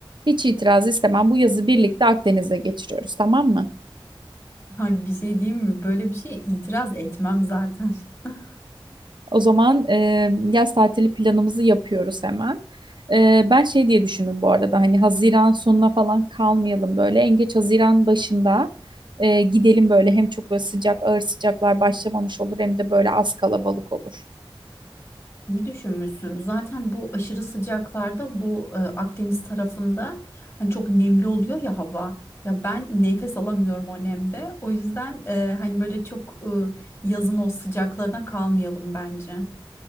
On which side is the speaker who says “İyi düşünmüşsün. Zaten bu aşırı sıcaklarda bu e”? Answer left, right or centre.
Left